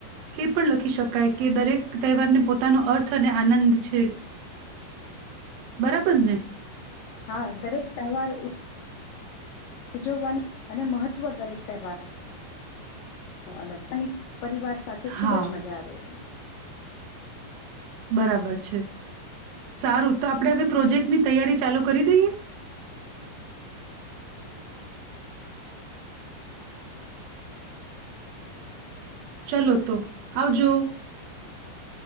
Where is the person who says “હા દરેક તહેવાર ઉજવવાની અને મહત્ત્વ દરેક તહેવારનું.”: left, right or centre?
Left